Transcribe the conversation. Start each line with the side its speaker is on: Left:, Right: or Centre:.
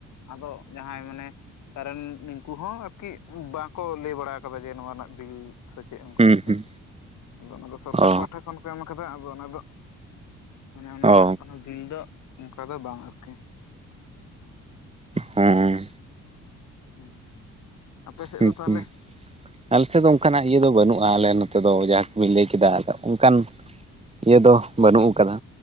Left: ᱟᱫᱚ ᱡᱟᱦᱟᱸᱭ ᱢᱟᱱᱮ ᱠᱟᱨᱚᱱ ᱩᱱᱠᱩ ᱦᱚᱸ ᱟᱨᱠᱤ ᱵᱟᱝᱠᱚ ᱞᱟᱹᱭ ᱵᱟᱲᱟ ᱟᱠᱟᱫᱟ ᱡᱮ ᱱᱚᱣᱟ ᱨᱮᱱᱟᱜ ᱵᱤᱞ ᱥᱮᱪᱮᱫ ᱩᱱᱠᱩ
Right: ᱦᱩᱸ
Left: ᱟᱨᱠᱤ
Right: ᱦᱩᱸ
Left: ᱟᱫᱚ ᱚᱱᱟ ᱫᱚ ᱥᱚᱨᱠᱟᱨ
Right: ᱚ
Left: ᱯᱟᱦᱴᱟ ᱠᱷᱚᱱ ᱠᱚ ᱮᱢ ᱠᱟᱫᱟ ᱟᱫᱚ ᱚᱱᱟ ᱫᱚ ᱢᱟᱱᱮ ᱚᱱᱟ
Right: ᱚ
Left: ᱨᱮᱱᱟᱜ ᱠᱚᱱᱚ ᱤᱞ ᱫᱚ ᱚᱱᱠᱟ ᱫᱚ ᱵᱟᱝ ᱟᱨᱠᱤ
Right: ᱦᱚᱸ
Left: <inaudible> ᱟᱯᱮ ᱥᱮᱫ
Right: ᱦᱩᱸ
Left: ᱫᱚ ᱛᱟᱦᱚᱞᱮ
Right: ᱦᱩᱸ ᱟᱞᱮᱥᱮᱫ ᱫᱚ ᱚᱱᱠᱟᱱᱟᱜ ᱤᱭᱟᱹ ᱫᱚ ᱵᱟᱹᱱᱩᱜᱼᱟ ᱟᱞᱮ ᱱᱚᱛᱮ ᱱᱚᱛᱮ ᱫᱚ ᱡᱟᱦᱟᱸ ᱠᱚᱵᱤᱱ ᱞᱟᱹᱭ ᱠᱮᱫᱟ ᱟᱫᱚ ᱚᱱᱠᱟᱱ ᱤᱭᱟᱹ ᱫᱚ ᱵᱟᱹᱱᱩᱜ ᱟᱠᱟᱫᱟ